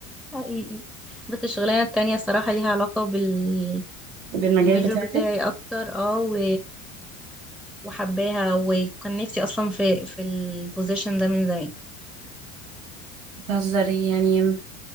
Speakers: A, in the centre; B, on the right.
A: حقيقي بس الشغلانه التانية الصراحه ليها علاقه بال
B: بالمجال
A: بالميجور
B: بتاعك
A: بتاعي اكتر اه و... وحباها وكان نفسي اصلا في في البوزيشن ده من زمان
B: بتهزري يعني